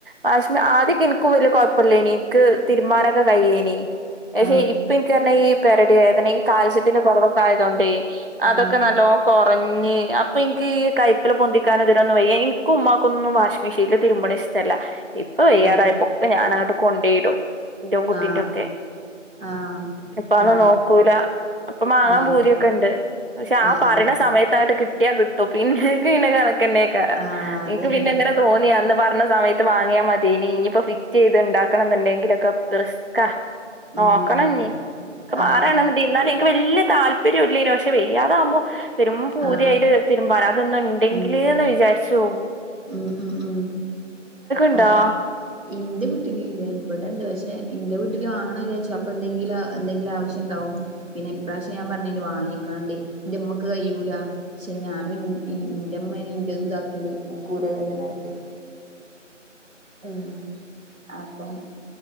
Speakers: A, on the right; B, on the right.
A: വാഷ് ആദ്യൊക്കെ എനിക്ക് വലിയ കുഴപ്പില്ലയ്ന് എനിക്ക് തീരുമ്പാനോക്കെ കഴിയേന് പക്ഷെ
B: ആ
A: ഇപ്പ എനിക്കെ ഈ പിരടി വേദന കാൽസ്യത്തിന്റെ കൊറവൊക്കെ ആയതോണ്ടേ അതൊക്കെ
B: ആ
A: നല്ലോ- കുറഞ്ഞ് അപ്പോ എനിക്ക് ഈ കൈപ്പില പൊന്തിക്കാനെ തിനൊന്നും വയ്യ എനിക്കും ഉമ്മാക്കൊന്നും വാഷ- മിഷീനിൽ തിരുമ്പണ ഇഷ്ടല്ല ഇപ്പൊ വയ്യാതായപ്പോക്കെ
B: ആ
A: ഞാൻ അങ്ങട്ട് കൊണ്ടയിടും. ന്റെതും കുട്ടിന്റെ
B: ആ
A: ഒക്കെ
B: ആ.
A: ഇപ്പ ആൾ
B: ആ
A: നോക്കൂല ഇപ്പോ മാങ്ങാൻ
B: ആഹ്
A: പൂതിയോക്കെ ഉണ്ട്. പക്ഷേ ആ
B: ആഹ്
A: പറണ
B: ആഹ്
A: സമയത്തങ്ങട്ട് കിട്ടിയ കിട്ടും. ഓ പിന്നെ എനിക്ക് പിന്നെ കണക്കന്നെക്കാരം
B: ആഹ് അതന്നെ
A: എനിക്ക് പിന്നെങ്ങനെ തോന്നിയാ അന്ന് പറഞ്ഞ സമയത്ത് വാങ്ങിയാ മതിയെന് ഇനിയിപ്പോ ഫിറ്റ് ചെയ്ത്ണ്ടാക്കണം എന്നുണ്ടെങ്കിലൊക്കെ- റിസ്ക്ക നോക്കണന്നി
B: ഉം
A: ഇക്ക്
B: ആഹ്
A: മാറാണെന്ന് എന്നാലും എനിക്ക് വല്യ താല്പര്യം ഇല്ലേന് പക്ഷെ വയ്യാതാകുമ്പോ- പെരും പൂതിയായിട്ട്
B: ആഹ്
A: തിരുമ്പാന് അതൊന്ന് ഇണ്ടെങ്കില്ന്ന്
B: ഉം
A: വിചാരിച്ചോകും
B: ഉം ഉം ഉം
A: ഇണ്ടോ
B: ആ. ഇന്റെ വീട്ടിലില്ല. ഇവിടെണ്ട് പക്ഷെ ഇന്റെ വീട്ടിൽ വാങ്ങണ വിചാരിച്ചു. അപ്പോ എന്തെങ്കിലും എന്തങ്കിലും ആവശ്യ- ണ്ടാവും പിന്നെ ഇപ്രാവശ്യം ഞാൻ പറഞ്ഞല് വാങ്ങിക്കാണ്ട് ഇന്റെ ഉമ്മക്ക് കഴിയൂല. പക്ഷെ ഞാനും ഇന്റെമ്മേനെ ഇന്റെത് ഇതാക്കല് ന്ക്ക് ഊരവേദനായിട്ട്. ആഹ് അപ്പം.